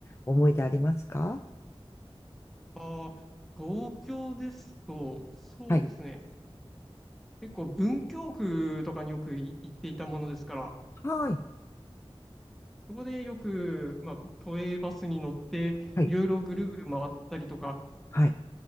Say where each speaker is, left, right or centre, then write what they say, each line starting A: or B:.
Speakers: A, on the left; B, in the centre.
A: 思い出ありますか
B: あー、東京ですと、そうですね、
A: はい。
B: 結構文京区とかによくい行っていたものですから、
A: はい。
B: そこでよく、まあ、都営バスに乗って、
A: はい。
B: いろいろぐるぐる回ったりとか、
A: はい。